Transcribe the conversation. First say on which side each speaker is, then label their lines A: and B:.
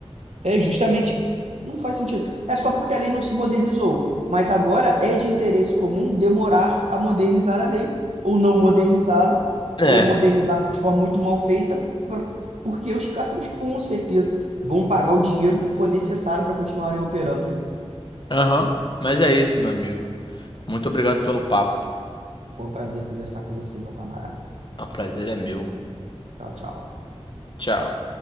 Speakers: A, on the right; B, on the left.
A: É justamente. Não faz sentido. É só porque a lei não se modernizou. Mas agora é de interesse comum demorar a modernizar a lei, ou não modernizá-la,
B: É.
A: ou modernizar de forma muito mal feita, por- porque os cassinos com certeza vão pagar o dinheiro que for necessário para continuarem operando.
B: Aham. Mas é isso, meu amigo. Muito obrigado pelo papo.
A: Foi um prazer conversar com você, meu camarada.
B: O prazer é meu.
A: Tchau, tchau.
B: Tchau.